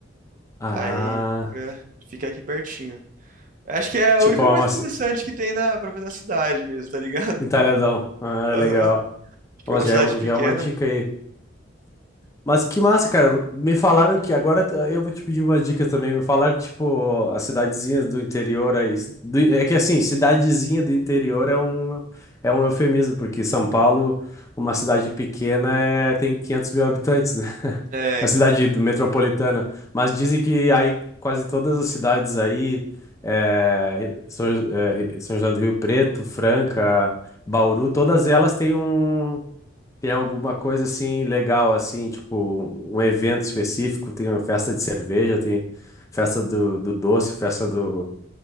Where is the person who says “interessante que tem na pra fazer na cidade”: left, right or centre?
Right